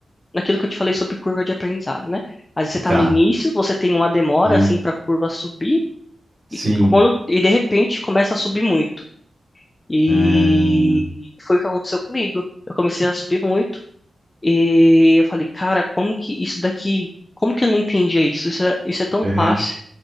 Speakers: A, on the left; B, on the right.
A: naquilo que eu te falei sobre curva de aprendizado, né? Aí você tá
B: Tá.
A: no início, você tem uma demora,
B: Ahn,
A: assim, pra curva subir,
B: sim.
A: e quando, e de repente começa a subir muito. E
B: Ahn,
A: foi o que aconteceu comigo. Eu comecei a subir muito e eu falei, cara, como que isso daqui, como que eu não entendia isso? Isso é, isso é tão
B: Uhum.
A: fácil.